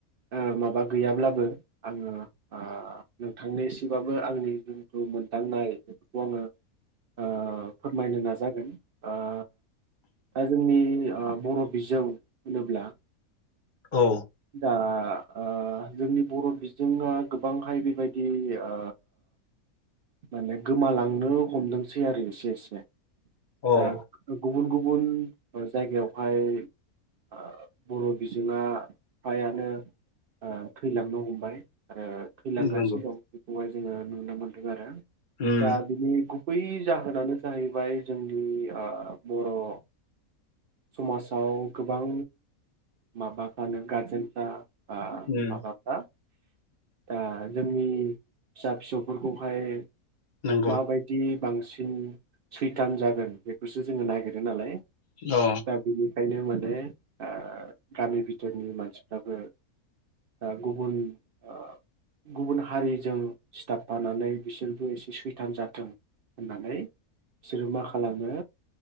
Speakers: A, on the right (about 80°); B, on the left (about 40°).
A: ओ माबा गैयाब्लाबो आङो ओ नोंथांनिसिबाबो आंनि मोनदांनाय बेफोरखौ आङो ओ फोरमायनो नाजागोन ओ दा जोंनि ओ बर' बिजों होनोब्ला?
B: औ
A: दा ओ जोंनि बर' बिजोङा गोबांहाय बेबायदि ओ माने गोमालांनो हमदोंसै आरो इसे इसे
B: औ
A: दा गुबुन गुबुन गुबुन जायगायावहाय ओ बर' बिजोङा बिफायानो ओ थैलांनो हमबाय आरो थैलांगासिनो
B: नंगौ
A: दं बेखौहाय जोङो नुनो मोनदों आरो
B: उम
A: दा बिनि बै जाहोनानो जाहैबाय जोंनि ओ बर'। समाजाव गोबां माबाफ्रानो गाज्रि। जों दा ओ
B: उम
A: माबाफ्रा, दा जोंनि फिसा फिसौफोरखौहाय
B: नंगौ
A: माबायदि बांसिन सैथान जागोन बेखौसो जोङो नागिरो नालाय।
B: अ
A: दा बिनिखायनो माने
B: <unintelligible>
A: ओ गामि बिथोरनि मानसिफ्राबो दा गुबुन ओ। गुबुन हारिजों सिथाबफानानै बिसोरबो एसे, सैथान जाथों होननानै बिसोरो मा खालामो